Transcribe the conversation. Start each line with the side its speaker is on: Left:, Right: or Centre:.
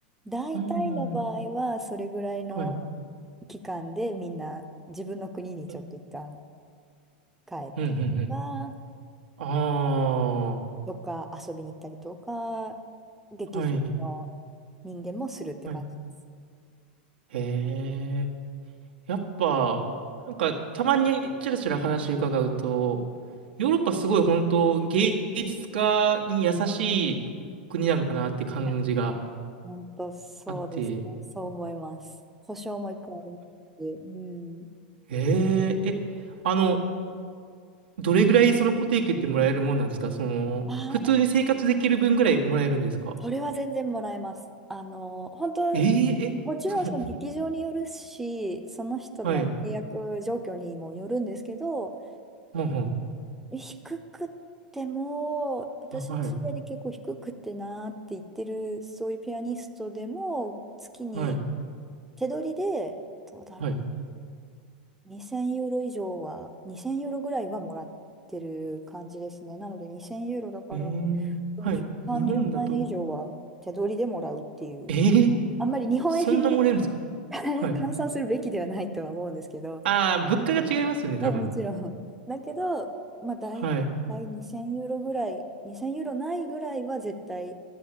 Centre: 大体の場合はそれぐらいの
Right: うんうん。はい。
Centre: 期間でみんな自分の国にちょっと一旦
Right: うん
Centre: 帰ったりとか、
Right: うんうん。ああ。
Centre: どっか遊びに行ったりとか、劇場の
Right: はい。
Centre: 人間もするって感じです。
Right: はい。へえ。やっぱ、なんか、たまにちらちら話伺うと、ヨーロッパすごい本当芸術家に優しい国なのかなって感じが
Centre: いや、本当そうですね。
Right: あって、
Centre: そう思います。保証もいっぱいありますし。うん。
Right: ええ、え、あの、どれぐらいその固定給ってもらえるもんなんですかその、
Centre: あ
Right: 普通に生活できる分ぐらいもらえるんですか
Centre: これは全然もらえます。あの、本当、
Right: ええ、え、
Centre: もちろんその劇場によるし、
Right: <laughs> そう、
Centre: その人の契約状況にもよるんですけど、
Right: はい、はんはん、
Centre: 低くっても、私の知り合いで結構低くってなーって言ってる、
Right: あはい、
Centre: そういうピアニストでも、月に
Right: はい、
Centre: 手取りで、どうだろ
Right: はい、
Centre: う、2000ユーロ以上は、2000ユーロぐらいはもらってる感じですね。なので2000ユーロだから、
Right: ええ、
Centre: どうでしょう、
Right: はい、
Centre: 30万円以上は手取りでもらうっていう。
Right: 日本だと、ええ
Centre: あんまり日本円にね
Right: そんなもらえるんですか
Centre: <laughs>
Right: はい。
Centre: 換算するべきではないとは思うんですけど、
Right: ああ、物価が違いますよね、
Centre: ね、
Right: 多分。
Centre: もちろん。だけど、まあ、大体2000ユーロぐらい、
Right: はい。
Centre: 2000ユーロないぐらいは絶対、